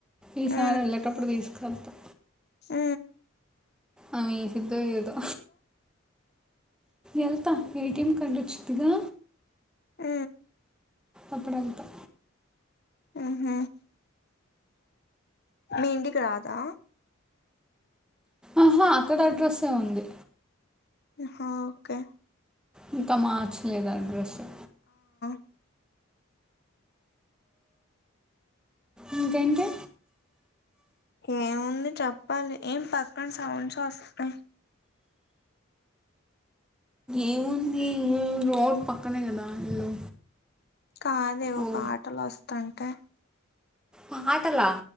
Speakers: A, in the centre; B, on the left (about 50°).
A: ఈసారి
B: ఆ
A: వెళ్ళేటప్పుడు తీసుకెళ్తా
B: ఆ
A: ఆమే ఏసిద్దో ఏదో ఎళ్తా ఏటిఎం కార్డు వచ్చుద్దిగా
B: ఆ
A: అప్పుడెల్తా
B: ఆహ మీఇంటికి రాదా
A: ఆహా అక్కడ అడ్రస్సే ఉంది
B: హోకే
A: ఇంకా మార్చలేదు అడ్రెస్సు
B: అ
A: ఇంకేంటి
B: ఏముంది చెప్పాలి ఏం పక్కన సౌండ్స్ వస్తాయ్
A: ఏముంది రోడ్ పక్కనే కదా ఇల్లు
B: కాదే వో
A: ఓ
B: పాటలొస్తాంటే
A: పాటలా